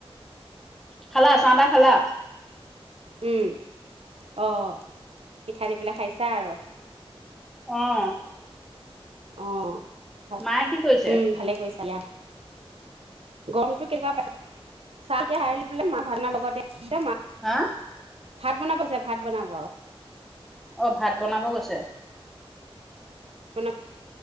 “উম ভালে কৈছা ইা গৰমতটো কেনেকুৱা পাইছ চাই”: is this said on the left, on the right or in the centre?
Right